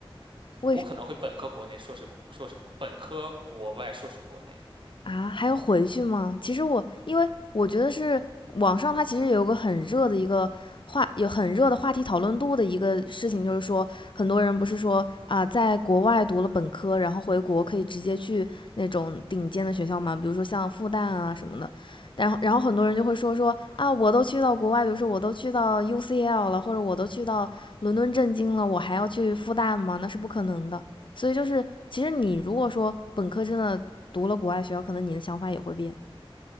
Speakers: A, on the left; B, on the right.
A: 为
B: 我可能会本科国内，硕士硕士本科国外，硕士国内。
A: 啊，还要回去吗？其实我因为我觉得是网上它其实有个很热的一个话，有很热的话题讨论度的一个事情，就是说很多人不是说啊，在国外读了本科，然后回国可以直接去那种顶尖的学校嘛，比如说像复旦啊什么的。然后然后很多人就会说说啊，我都去到国外，比如说我都去到 UCL 了，或者我都去到伦敦政经了，我还要去复旦吗？那是不可能的。所以就是，其实你如果说本科真的读了国外学校，可能你的想法也会变。